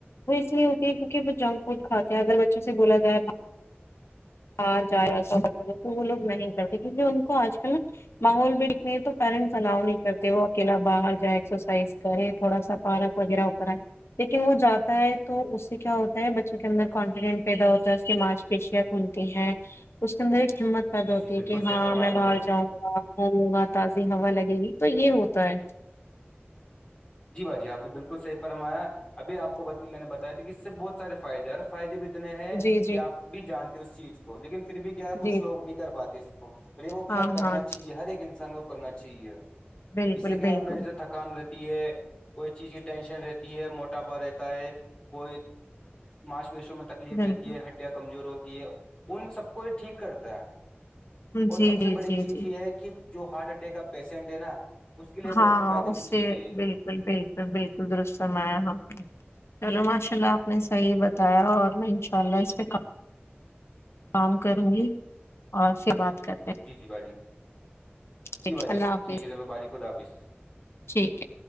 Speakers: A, on the left; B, on the left.
A: وہ اس لیے ہوتی ہے کیونک وہ جنک فوڈ کھے ہیں اگر بچوں سے بولا جائے آ جائے س تو وہ لوگ نہیں کرتے کیونکہ ان کو آج کل نا ماحول بھی یہ تو پیرنٹس الاو نہیں کرتے وہ اکیلا باہر جائے ایکسرسائز کرے تھوڑا سا پارک وغیرہ کریں لیکن وہ جاتا ہے تو اس سے کیا ہوتا ہے بچوں کے اندر کانفیڈنٹ پیدا ہوتا ہے اس کے معاش پیشق کھلتی ہے اس کے اندر ایک ہمت پیدا
B: جی
A: ہوتی
B: جی بالکل
A: ہے کہ
B: صحیح
A: ہاں
B: فرمایا
A: میں
B: آپ نے
A: باہر
B: باجی
A: جاؤں گا ہو ہوگا تازی ہوا لگے گی تو یہ ہوتا ہے
B: جی بھ جی آپ بالکل صحی فرمایا اب آپ کو میں نے بیا تھا کہ اس سے بہت سارے فائدے اور فائدے بھی نے ہیں
A: جی جی
B: کہ آپ بھی جانتے اس چیز کو لیکن پھر بھی کیا کیا
A: جی
B: کچھ لوگ نہیں کر پاتے اس کو اے وہ
A: ہاں
B: کیا کرنا
A: ہاں
B: چاہیے ہر ایک انسان کو کرنا چاہیے
A: بالکل
B: اس سے کیا
A: بالکل
B: اپنے جے تھکان رہتی ہے کوئی چیز کی ٹینشن رہتی ہے موٹاپا رہتا ہے کوئی ماش پیشو میں تک تکلیف
A: بالکل
B: رہتی ہے ہڈیاں کمزور ہوتی ہے ان سب کو یہ ٹھیک کرتا ہے
A: جی
B: اور سب
A: جی
B: سے بڑی
A: جی
B: چیز
A: جی
B: یہ ہے کہ جو ہارٹ اٹیک کا پیشنٹ ہے نا اس کے لیے
A: ہاں
B: بہت فائدہ مند
A: اس
B: چیز
A: سے
B: ہے یہ
A: بالکل بالکل بالکل درستمایا ہاں چلو ماشاء اللہ آپ نے صحیح بتایا اور میں انشاء اللہ اس پہ کام کروں گی اور سے بات کر
B: جی جی بھاجی
A: ٹھیک
B: جی باجے
A: ہے اللہ حافظ
B: ٹھیک ہے چلو بھاجی خدا حافظ
A: ٹھیک ہے